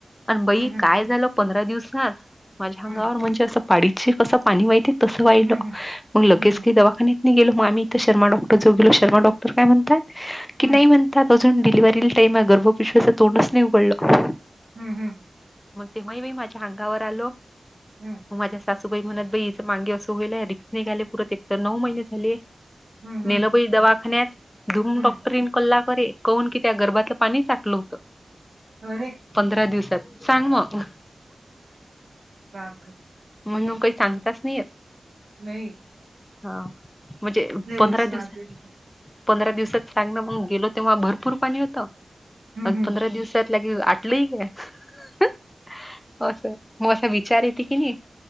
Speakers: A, on the left; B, on the right.
A: आणि बई
B: हम्म हम्म
A: काय झालं पंधरा दिवसात माझ्या
B: हम्म
A: अंगावर म्हणजे असं पाडीचे कसं पाणी वहिती तसं वाहिल
B: हम्म
A: मग लगेच
B: हम्म
A: की दवाखान्यात गलो मग आम्ही इथं शर्मा डक्टरऊ गलो शर्मा डॉक्टर म्हणतात की
B: हम्म
A: नाही म्हण आता अजून डिलिव्हरीला टाईम आहे गर्भपिशवीच तोंडच नाही उघडलं
B: हम्म हम्म
A: मग तेव्हा मी माझ्या अंगावर आलो
B: हम्
A: माझ्या सासूबाई म्हणत बाई हचं माांगे असं होईलय रिक्स निघाले पुरत एक तर नऊ महिने झाले.
B: हम्म हम्म
A: नेलबई दवाखान्यात धूम
B: हम्म
A: डॉक्टरीन कल्ला करे. कून की त्या गरबातलं पाणी चाटलं होतं.
B: अरे.
A: पंधरा दिवसात सांग मग आता.
B: बापर.
A: म्हणून काही सांगताच नाही येत.
B: नाही.
A: हा म्हणजे
B: लिरिक्स
A: पंधरा
B: राहते
A: दिवस
B: हम्म
A: पंधरा दिवसात चांगलं मग गेलो तेव्हा भरपूर पाणी होतं आणि
B: हम्म हम्म.
A: पंधरा दिवसात क आटल ह क असं मग असा विचारी येत की नाही